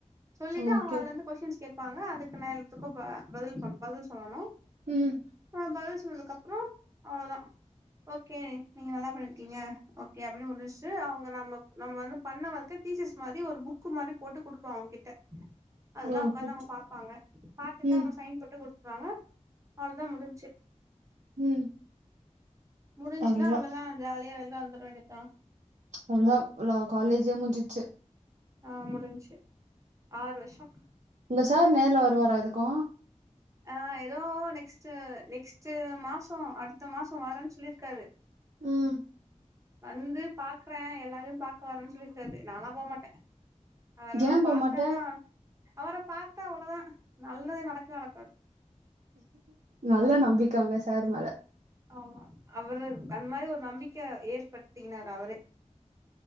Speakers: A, on the right (about 25°); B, on the right (about 75°).
A: சொல்லிட்டு
B: ஓகே
A: அவங்க அதுல இருந்து கொஷ்டின்ஸ் கேப்பாங்க அதுக்கு நா எல்லாத்துக்கு ப பதில் பண் பதில் சொல்லணு
B: ம்
A: ஆ பதில் சொன்னதுக்கு அப்பறோ அவ்வளதா ஓகே நீங்க நல்லா பண்ணிருக்கீங்க ஓகே அப்டின்னு முடிச்ட்டு அவங்க நம்ம நம்ம வந்து பண்ண ஒர்க்க டீச்சர்ஸ் மாதி ஒரு புக்கு மாதி போட்டு குடுப்பே அவங்ககிட்ட அதெல்லா
B: ஓகே
A: ஒக்காந்து அவங்க பாப்பாங்க பாத்துட்டு
B: ம்
A: அவங்க சைன் போட்டு குடுத்துருவாங்க அவ்வளதா முடிஞ்ச்சி
B: ம்
A: முடிஞ்ச்சுன்னா
B: அவ்ளோதா
A: அவ்வளதா ஜாலியா வெளில வந்துற வேண்டியதா
B: ஒழுங்கா உள்ள காலேஜே முடிஞ்சிச்சு
A: ஆ முடிஞ்ச்சி ஆறு வருஷம்
B: இந்த சார் நேர்ல வருவாரா எதுக்கு
A: ஆ ஏதோ நெக்ஸ்ட் நெக்ஸ்ட் மாசோ அடுத்த மாசோ வரேன்னு சொல்லிருக்காரு
B: ம்
A: வந்து பாக்குறே எல்லாரையு பாக்க வரேன்னு சொல்லிருக்காரு நாலா போமாட்டே அவரெல்லா
B: ஏ போமாட்ட
A: பாத்தேனா அவர பாத்தா அவ்வளதா நல்லதே நடக்கவே நடக்காது
B: நல்ல நம்பிக்க உங்க சார் மேல
A: ஆமா அவரு அந்த மாரி ஒரு நம்பிக்கை ஏற்படுத்திகினாரு அவரே